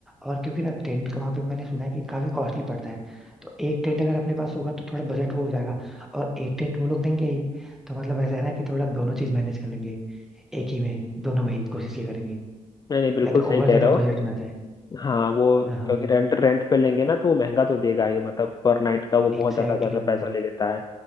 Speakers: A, in the centre; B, on the left.
A: और क्योंकि ना टेंट का वहां पे मैंने सुना है कि काफी कॉस्टली पड़ता है तो एक टेंट अगर अपने पास होगा तो थोड़ा बजट वो हो जाएगा और एक टेंट वो लोग देंगे ही तो मतलब ऐसा है ना कि थोड़ा दोनों चीज मैनेज कर लेंगे एक ही में दोनों में ही कोशिश ये करेंगे
B: नहीं नहीं बिल्कुल
A: ज्यादा
B: सही
A: ओवर
B: कह
A: ज्यादा
B: रहे हो
A: बजट ना जाए
B: हाँ वो
A: हाँ हाँ
B: क्योंकि रेंट रेंट पे लेंगे ना तो वो महंगा तो देगा ही मतलब पर नाइट का वो बहुत
A: Exactly
B: ज्यादा ज्यादा
A: exactly.
B: पैसा ले लेता है